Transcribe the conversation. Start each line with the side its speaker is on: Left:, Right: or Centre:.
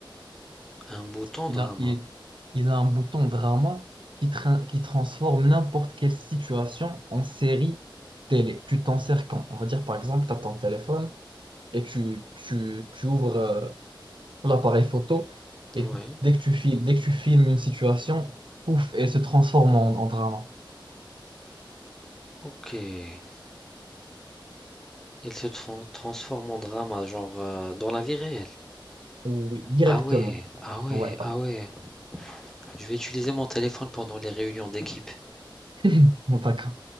Centre: Un bouton
Right: Il
Centre: drama.
Right: a, il, il a un bouton drama qui, tra- qui transforme n'importe quelle situation en série télé. Tu t'en sers quand? On va dire par exemple, tu as ton téléphone et tu, tu, tu ouvres euh, l'appareil photo et
Centre: Ouais,
Right: dès que tu filmes, dès que tu filmes une situation, pouf, elle se transforme en, en drama.
Centre: ok. Il se tran- transforme en drama, genre euh, dans la vie réelle.
Right: Oui, directement.
Centre: Ah ouais, ah ouais,
Right: Ouais,
Centre: ah ouais. Je vais utiliser mon téléphone pendant les réunions d'équipe.
Right: <laughs> d'accord.